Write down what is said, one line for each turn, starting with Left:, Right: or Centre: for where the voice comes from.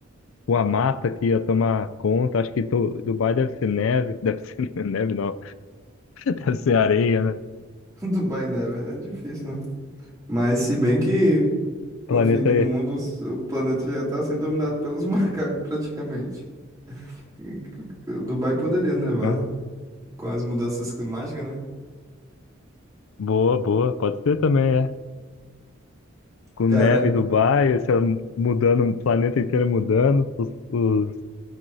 Left: com a mata que ia tomar conta. Acho que Tu- Dubai deve ser neve, deve ser <laughs> neve, não, deve ser areia, né?
Right: <laughs> Dubai neve é difícil, né? Mas se bem que
Left: Planeta
Right: com o fim do
Left: aí.
Right: mundo, o planeta já tá sendo dominado pelos <laughs> macacos, praticamente. E c- c- Dubai poderia nevar
Left: Ah,
Right: com as mudanças climáticas, né?
Left: Boa, boa, pode ser também, é. com
Right: Cara,
Left: neve em Dubai, você mudando, o planeta inteiro mudando. Os, os,